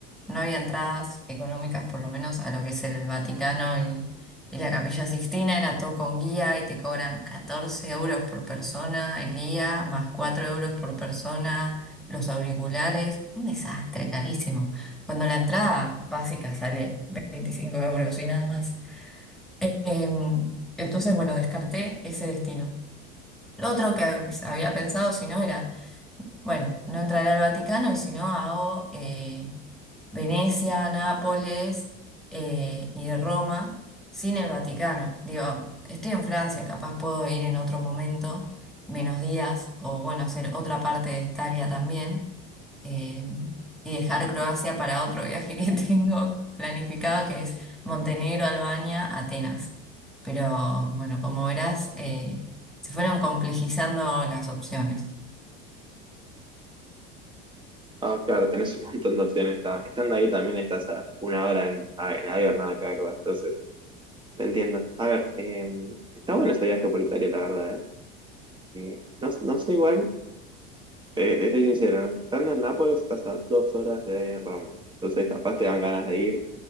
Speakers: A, in the centre; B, on the right.
A: no había entradas económicas, por lo menos, a lo que es el Vaticano y, y la Capilla Sixtina, era todo con guía y te cobran 14 euros por persona el guía, más 4 euros por persona los auriculares, un desastre, carísimo. Cuando la entrada básica sale 25 euros y nada más. Em, entonces, bueno, descarté ese destino. Lo otro que había pensado, si no, era, bueno, no entraré al Vaticano y si no, hago eh, Venecia, Nápoles eh, y Roma, sin el Vaticano. Digo, estoy en Francia, capaz puedo ir en otro momento, menos días, o bueno, hacer otra parte de Italia también, eh, y dejar Croacia para otro viaje <laughs> que tengo planificado, que es Montenegro, Albania, Atenas. Pero bueno, como verás, eh, se fueron complejizando las opciones.
B: Ah, claro, tenés un montón de opciones. está- Estando ahí también estás a una hora en, a- en avión, nada, acá, entonces. Te entiendo. A ver, eh, está bueno este viaje por Italia, la verdad, ¿eh? Eh, no, no sé igual, te, te soy sincero, ¿no? Estando en Nápoles estás a dos horas de Roma, entonces capaz te dan ganas de ir.